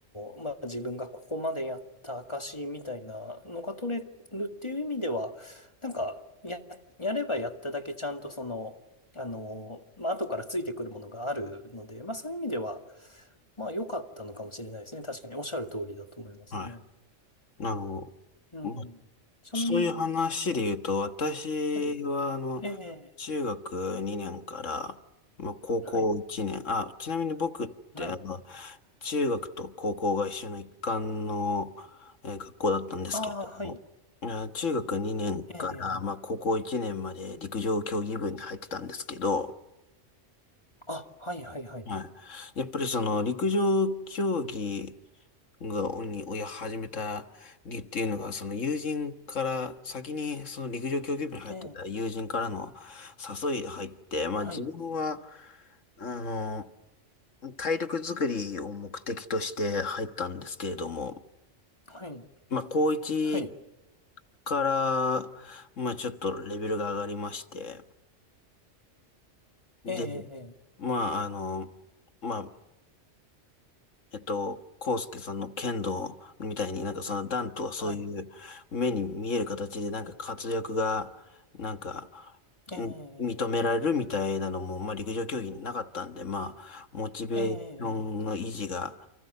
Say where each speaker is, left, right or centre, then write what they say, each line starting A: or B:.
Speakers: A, on the left (about 25°); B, on the left (about 85°).
A: の、まあ自分がここまでやった証みたいなのが取れるっていう意味では、なんか、や、やればやっただけちゃんとその、あの、まあ後からついてくるものがあるので、まあそういう意味では、まあ良かったのかもしれないですね。確かにおっしゃる通りだと思いますね。
B: い、はい。あの、
A: うん。
B: まあ、
A: ちなみに、
B: そういう話で言うと、
A: えっと、
B: 私は、
A: はい。
B: あの、
A: ええ、
B: 中学2年から、まあ、高校1年、
A: はい。
B: あ、ちなみに僕って、
A: はい。
B: あの、中学と高校が一緒の一貫の、えー学校だったんですけれども、
A: ああ、はい。
B: あ中学2年から、
A: ええ、
B: まあ、高校1年まで陸上競技部に入ってたんですけど、
A: あ、はい、はい、はい。
B: はい。やっぱりその陸上競技が、に、をや始めた理由っていうのが、その友人から、先にその陸上競技部に入ってた友人からの
A: ええ、
B: 誘いが入って、まあ自分は、
A: はい。
B: あの、体力作りを目的として入ったんですけれども、
A: はい。
B: まあ高1
A: はい。
B: から、まあちょっとレベルが上がりまして、で、
A: ええ、え
B: まああの、まあえっと、康介さんの剣道みたいになんかその段とはそういう目に見える形でなんか活躍がなんか、
A: え、はい。ええ、
B: うん認められるみたいなのも、まあ陸上競技になかったんで、まあ、モチベーションの維持が
A: ええ、ええ。